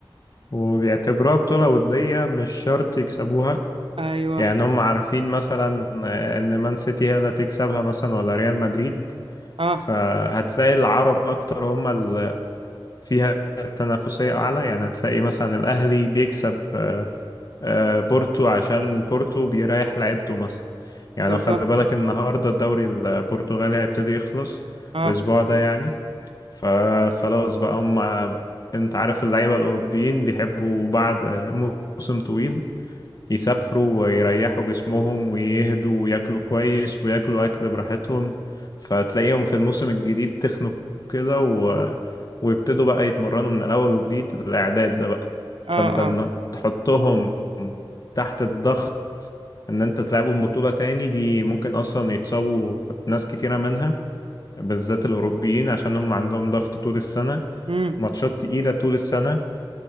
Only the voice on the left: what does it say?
وبيعتبروها بطولة ودية مش شرط يكسبوها
يعني هم عارفين مثلا ان مان سيتي هي اللي هتكسبها مثلا ولا ريال مدريد
فهتلاقي العرب اكتر هم اللي فيها تنافسية اعلى يعني هتلاقي مثلا الاهلي بيكسب آه، آه، بورتو عشان بورتو بيريح لعيبته مثلا يعني
لو خلي بالك النهارده الدوري البرتغالي هيبتدي يخلص
الاسبوع ده يعني فخلاص بقى هم انت عارف اللعيبة الاوروبيين بيحبوا بعد موسم طويل يسافروا ويريحوا جسمهم ويهدوا وياكلوا كويس وياكلوا أكل براحتهم فتلاقيهم في الموسم الجديد تخنوا كده و... ويبتدوا بقى يتمرنوا من الأول وجديد الإعداد ده بقى
فأنت إن
تحطهم تحت الضغط إن أنت تلعبهم بطولة تاني دي ممكن أصلا يتصابوا في- ناس كتيرة منها بالذات الأوروبيين عشان هم عندهم ضغط طول السنة
ماتشات تقيلة طول السنة